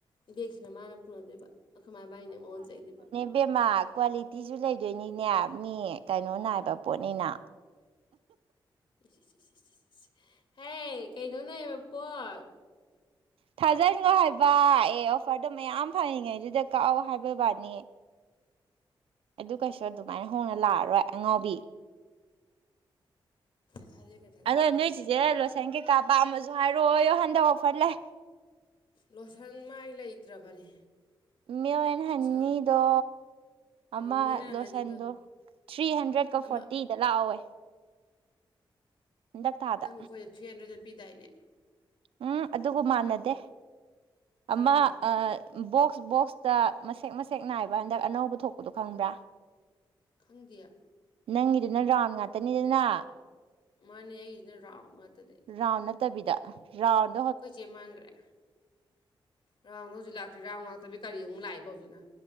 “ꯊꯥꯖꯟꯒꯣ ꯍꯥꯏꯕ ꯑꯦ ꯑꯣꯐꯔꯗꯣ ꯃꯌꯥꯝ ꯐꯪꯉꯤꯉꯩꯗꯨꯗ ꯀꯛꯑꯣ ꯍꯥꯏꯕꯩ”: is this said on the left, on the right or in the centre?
Right